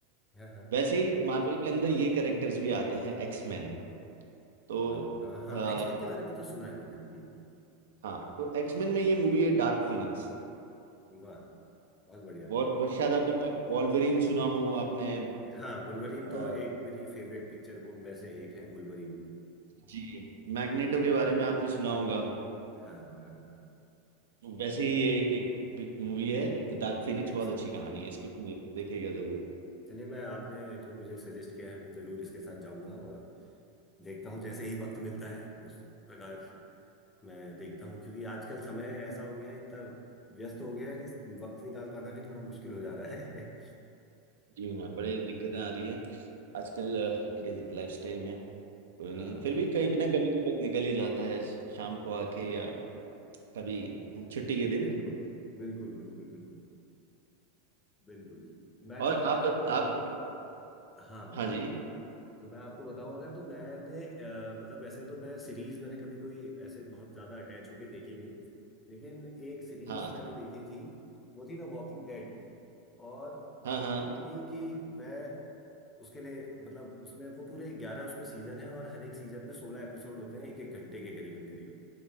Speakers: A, on the left; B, on the right.
A: <laughs> हाँ
B: वैसे ही मार्वल के अंदर ये कैरेक्टर्स भी आते हैं एक्समैन तो
A: हाँ हाँ हाँ
B: आ,
A: एक्सपेन के बारे में तो सुना है मैंने हम्म
B: हाँ तो एक्समैन में ये मूवी है डार्क फिनिक्स
A: वाह बहुत बढ़िया
B: वॉल वो शायद आपने वॉल्वरिन सुना हो आपने
A: हाँ वुल्वरीन
B: अ,
A: तो एक मेरी फेवरेट पिक्चर वो में से एक है वुल्वरीन
B: जी मैग्नेटो के बारे में आपने सुना होगा
A: हाँ हाँ हाँ
B: वैसे ही ये एक मूवी है डार्क फिनिक्स
A: एक्समेन
B: बहुत अच्छी कहानी है इसको सुनिए, देखिएगा जरूर
A: चलिए मैं आपने जो मुझे सजेस्ट किया है मैं जरूर इसके साथ जाऊंगा और देखता हूँ जैसे ही वक्त मिलता है उस प्रकार मैं देखता हूँ क्योंकि आजकल समय ऐसा हो गया है इतना व्यस्त हो गया है कि वक्त निकाल पाना भी थोड़ा मुश्किल हो जा रहा है
B: जी ना बड़ी दिक्कतें आ रही है आजकल अ, के लाइफस्टाइल में कोई
A: <laughs>
B: नहीं
A: हाँ
B: फिर भी कहीं ना कभी तो वक्त निकल ही जाता है शाम को आके या कभी छुट्टी के दिन
A: बिल्कुल बिल्कुल बिल्कुल बिल्कुल बिल्कुल मैं
B: और
A: तो अगर
B: आप
A: आपको बताऊं
B: आप
A: हाँ
B: हाँ जी
A: तो मैं आपको बताऊं अगर तो मैंने अ, मतलब वैसे तो मैं सीरीज मैंने कभी कोई ऐसे बहुत ज्यादा अटैच होके देखी नहीं लेकिन एक सीरीज
B: हाँ
A: मैंने देखी थी वो थी द वॉकिंग डेड और आप
B: हाँ हाँ
A: मानेंगे नहीं कि वह उसके लिए मतलब उसमें वो पूरे ग्यारह उसमें सीजन है और हर एक सीजन में सोलह एपिसोड होते हैं एक एक घंटे के करीबन करीबन